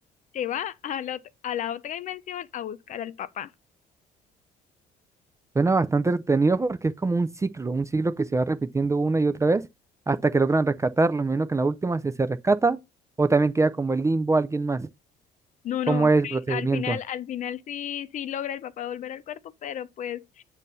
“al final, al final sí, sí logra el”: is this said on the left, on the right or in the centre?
Left